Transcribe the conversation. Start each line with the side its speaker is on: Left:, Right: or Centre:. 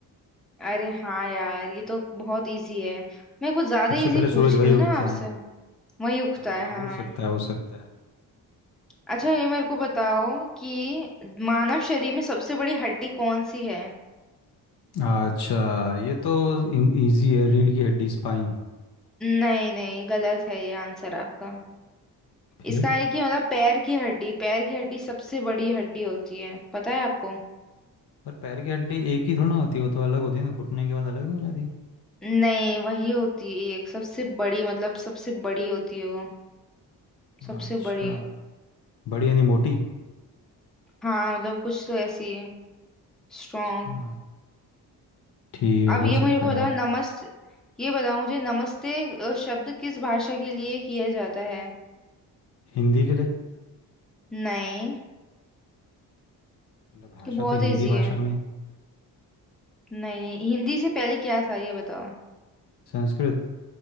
Centre: अरे हाँ यार ये तो बहुत इजी है मैं कुछ ज्यादा
Left: सबसे
Centre: इजी
Left: पहले सूरज
Centre: पूछ रही
Left: भाई
Centre: हूँ ना
Left: उगता
Centre: आपसे
Left: है
Centre: वही उगता
Left: आ,
Centre: है हाँ
Left: हो सकता है हो सकता है
Centre: अच्छा ये मेरे को बताओ कि मानव शरीर में सबसे बड़ी हड्डी कौन सी है
Left: अच्छा ये तो इजी है रीढ़ की हड्डी स्पाइन
Centre: नहीं नहीं गलत है ये आंसर आपका
Left: फिर
Centre: इसका है कि मतलब पैर की हड्डी पैर की हड्डी सबसे बड़ी हड्डी होती है पता है आपको
Left: पर पैर की हड्डी एक ही थोड़ी ना होती है, वो तो अलग होती है ना घुटने के बाद अलग नहीं हो जाती
Centre: नहीं वही होती है एक सबसे बड़ी मतलब सबसे बड़ी होती है वो सबसे
Left: अच्छा
Centre: बड़ी
Left: बड़ी यानी मोटी
Centre: हाँ मतलब कुछ तो ऐसी है स्ट्रॉन्ग
Left: अच्छा ठीक है
Centre: अब
Left: हो
Centre: ये
Left: सकता
Centre: मेरे को
Left: है
Centre: बताओ
Left: यार
Centre: नमस्ते ये बताओ मुझे नमस्ते अ, शब्द किस भाषा के लिए किया जाता है
Left: हिंदी के लिए
Centre: नहीं
Left: मतलब भाषा
Centre: ये बहुत
Left: तो हिंदी
Centre: इजी
Left: भाषा
Centre: है
Left: में
Centre: नहीं हिंदी से पहले क्या था ये बताओ
Left: संस्कृत